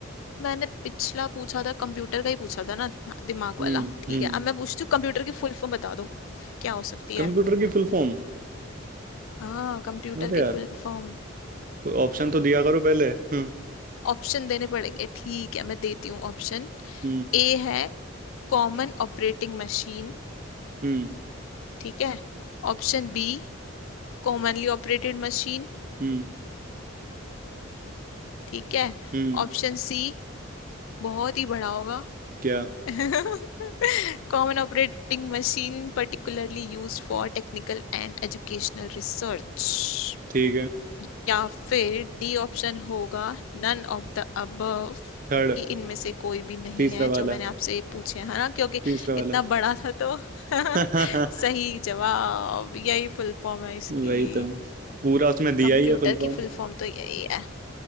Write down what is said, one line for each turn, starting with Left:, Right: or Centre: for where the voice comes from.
Left: मैंने पिछला पूछा था कंप्यूटर का ही पूछा था ना हाँ, दिमाग
Right: हम्म
Left: वाला ठीक
Right: हम्म
Left: है अब मैं पूछती हूँ कंप्यूटर की फुल फॉर्म बता दो क्या हो सकती
Right: कंप्यूटर
Left: है
Right: की फुल फॉर्म
Left: हाँ कंप्यूटर
Right: अरे
Left: की
Right: यार
Left: फुल फॉर्म
Right: ऑप्शन तो दिया करो पहले हम्म
Left: ऑप्शन देने पड़ेंगे ठीक है मैं देती हूँ ऑप्शन
Right: हम्म
Left: ए है कॉमन ऑपरेटिंग मशीन
Right: हम्म
Left: ठीक है Option B commonly operated machine
Right: हम्म
Left: ठीक है
Right: हम्म
Left: ऑप्शन सी बहुत ही बड़ा होगा
Right: क्या
Left: <laughs> Common operating machine particularly used for technical and educational research.
Right: ठीक है
Left: या फिर डी ऑप्शन होगा नन ऑफ द अबव
Right: थर्ड
Left: कि इनमें से कोई भी नहीं
Right: तीसरा
Left: है
Right: वाला
Left: जो मैंने आपसे पूछे हैं है ना क्योंकि
Right: तीसरा वाला
Left: इतना बड़ा था तो <laughs>
Right: <laughs> हाँ
Left: सही जवाब यही फुल फॉर्म है इसकी
Right: वही तो पूरा उसमें दिया
Left: कंप्यूटर
Right: ही है फुल फॉर्म
Left: की फुल फॉर्म तो यही है